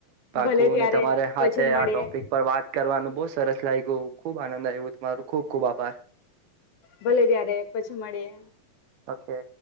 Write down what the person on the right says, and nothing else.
પાકુને
તમારે હાથે
આ ટોપિક પર વાત કરવાનું બહુ સરસ લાગ્યું ખુબ આનંદ આવ્યું તમારું ખૂબ ખૂબ આભાર
ઓકે